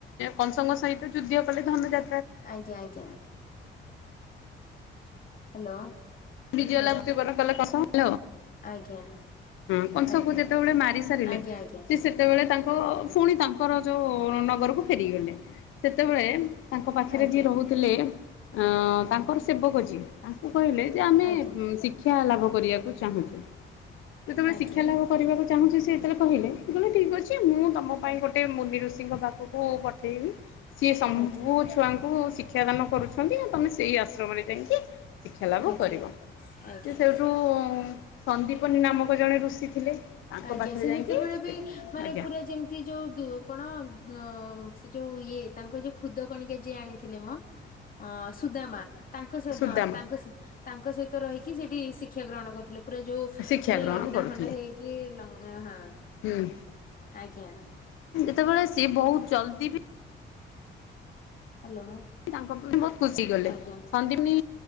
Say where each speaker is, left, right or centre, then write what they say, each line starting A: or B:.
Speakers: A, on the left; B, on the left.
A: କଂସଙ୍କ ସହିତ ଯୁଦ୍ଧ କଲେ ଧନୁ ଜା
B: ଆଜ୍ଞା ଆଜ୍ଞା। ହ୍ୟାଲୋ।
A: ବିଜୟ
B: ହ୍ୟାଲୋ
A: <unintelligible>
B: ଆଜ୍ଞା
A: ହଁ କଂସ
B: ଆଜ୍ଞା
A: କ ଯେତେବେଳେ ମାରି ସାରିଲେ
B: ଆଜ୍ଞା
A: ସେ ସେତେବେଳେ ତା ପୁଣି ତାଙ୍କର ଯୋଉ ନଗରକୁ ଫେରିଗଲେ ସେତେବେଳେ ତାଙ୍କ ପାଖରେ
B: ଆଜ୍ଞା
A: ଯିଏ ରହୁଥିଲେ ଅ ତାଙ୍କର ସେବକ ଯିଏ ତାଙ୍କୁ କହିଲେ ଯେ ଆମେ
B: ଆଜ୍ଞା
A: ଶିକ୍ଷା ଲାଭ କରିବାକୁ ଚାହୁଁଛୁ। ଯେତେବେଳେ
B: ଆଜ୍ଞା
A: ଶିକ୍ଷା ଲାଭ କରିବାକୁ ଚାହୁଁଛି ସେ ଯେତେବେଳେ କହିଲେ କହିଲେ ଠିକ ଅଛି ମୁଁ ତମ ପାଇଁ ଗୋଟେ ଗୋଟେ ମୁନି ଋଷିଙ୍କ ପାଖକୁ ପଠେଇବି। ସିଏ ସବୁ
B: ଆଜ୍ଞା
A: ଛୁଆଙ୍କୁ ଶିକ୍ଷାଦାନ କରୁଛନ୍ତି ତମେ ସେଇ ଆଶ୍ରମରେ ଯାଇକି ଶିକ୍ଷା ଲାଭ
B: ଆଜ୍ଞା ଆଜ୍ଞା
A: କରିବ
B: ଆଜ୍ଞା
A: ସେଇଠୁ ସନ୍ଦୀପନୀ ନାମକ ଜଣେ ଋଷି ଥିଲେ। ତାଙ୍କ
B: ଆଜ୍ଞା
A: ପାଖରେ
B: ସେ
A: ଯାଇକି
B: ଯେତେବେଳେ ବି ମାନେ
A: ଆଜ୍ଞା
B: ପୁରା ଯେମିତି ଯୋଉ କଣ ଅ ସେ ଯୋଉ ଇଏ ତାଙ୍କର ଯୋଉ ଖୁଦ କଣିକା ଯିଏ ଆଣିଥିଲେ ମୋ ଅ ସୁଦାମା ତାଙ୍କ
A: ସୁଦାମା
B: ହଁ ତାଙ୍କ ତାଙ୍କ ସହିତ ରହିକି ସେଠି ଶିକ୍ଷା ଗ୍ରହଣ କରୁଥିଲେ ପୁରା ଯୋଉ
A: ଶିକ୍ଷା
B: ପୁରା
A: ଗ୍ରହଣ
B: ଲଣ୍ଡା
A: କରୁଥିଲେ
B: ଫଣ୍ଡା ହେଇକି ଲ ହଁ
A: ହୁଁ।
B: ଆଜ୍ଞା।
A: ସେତେବେଳେ ସିଏ ବହୁତ ଜଲ୍ଦି ବି
B: ହ୍ୟାଲୋ
A: ତାଙ୍କ ପାଇଁ ବହୁତ ଖୁସି ଗଲେ
B: ଆଜ୍ଞା
A: ସନ୍ଦପିନୀ